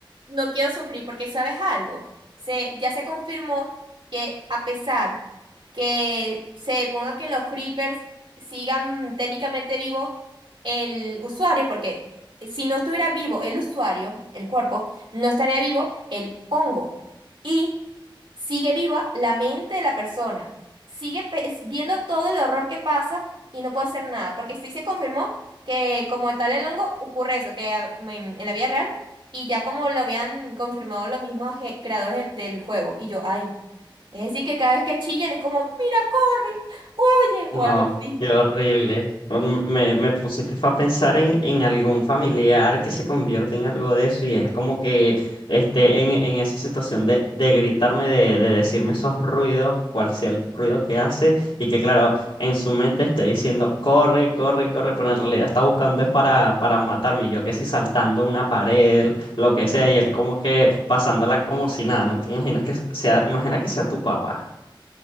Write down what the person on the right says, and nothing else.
no quiero sufrir, porque ¿sabes algo? Se, ya se confirmó que a pesar que se ponga que los creepers sigan técnicamente vivo el usuario, porque si no estuviera vivo el usuario, el cuerpo, no estaría vivo el hongo. Y sigue viva la mente de la persona. Sigue pe- viendo todo el horror que pasa y no puedo hacer nada, porque sí se confirmó que como tal el hongo ocurre eso, que a- en, en la vida real, y ya como lo habían confirmado los mismos ge- creadores del, del juego, y yo, ay, es decir, que cada vez que chillan es como, mira, corre, huye, o
algo así.
Ujú.